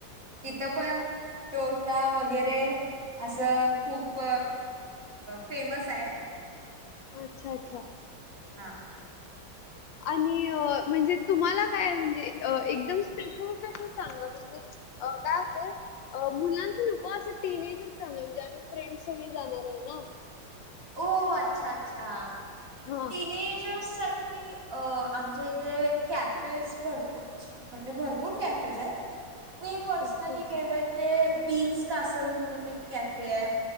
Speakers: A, on the right; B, on the left.
A: तिथं
B: अच्छा
A: पणं डोसा वगैरें असं खूंप फ्रेम्स आहे.
B: अच्छा.. अच्छा..
A: हां.
B: आणि म्हणजे तुम्हांला कायं म्हणजे एकदंम स्पेशल स्पेशल सांगा म्हणजे अं कायं होतयं. मुलांच नको असं टीनेजच चांगलं म्हणजे आम्हीं फ्रेंड सगळे जाणारं आहे नां
A: ओ अच्छा अच्छा
B: हा
A: तिने जसं अं आमच्यां इथे कॅफेज भरंपूर अच्छा म्हणजे भरंपूर कॅफेज आहेतं मी पर्सनली
B: अच्छा अच्छा
A: गेले ते बीन्स कासंल म्हणूंन एक कॅफे आहे